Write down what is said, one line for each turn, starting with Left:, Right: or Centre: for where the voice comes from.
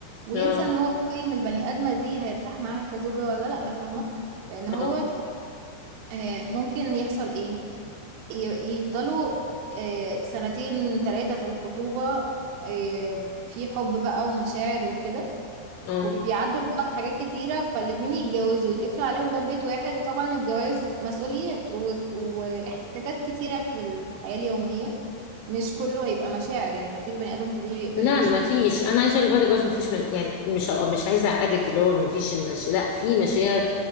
Right: وينسى
Left: اه
Right: ان هو يقيم البني ادمة دي هيرتاح معاها كزوجة ولا لأ فاهمة لان هو
Left: اه
Right: آه، ممكن يحصل ايه ي- يفضلوا آه، سنتين تلاتة في الخطوبة آه، في حب بقى ومشاعر وكده
Left: اه
Right: وبيعدوا لبعض حاجات كتيرة فالاتنين يتجوزوا ويتقفل عليهم باب بيت واحد وطبعا الجواز مسؤوليات وت- واحتكاكات كتيرة في الحياة اليومية مش كله هيبقى مشاعر يعني مفيش بني آدم طبيعي يقدر
Left: لا
Right: يعيش
Left: ما
Right: بالمشاعر
Left: فيش انا عايزه اقول لك بعد الجواز ما فيش يعني مش مش عايزه اعقدك اللي هو ما فيش المش... لا في مشاعر